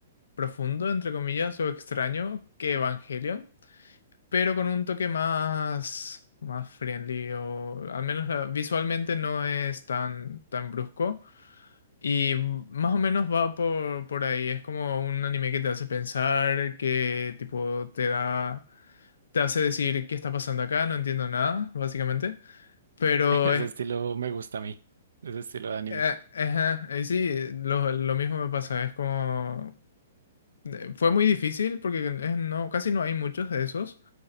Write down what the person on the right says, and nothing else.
<laughs> Ese
estilo me gusta a mí, ese estilo de animes.